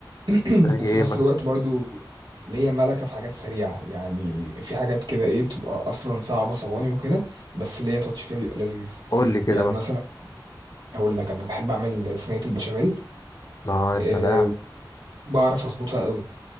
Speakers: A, on the right; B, on the left.
A: <clears throat>
B: زي
A: وفي
B: ايه
A: نفس
B: مثلا
A: الوقت برضو ليا ملكه في حاجات سريعه يعني في حاجات كده ايه بتبقى اصلا صعبه صواني وكده بس ليا تاتش فيها بيبقى لذيذ
B: قول لي كده
A: يعني
B: مثلا
A: مثلا هقول لك انا بحب اعمل صينيه البشاميل
B: اه يا سلام
A: أه بعرف اظبطها قوي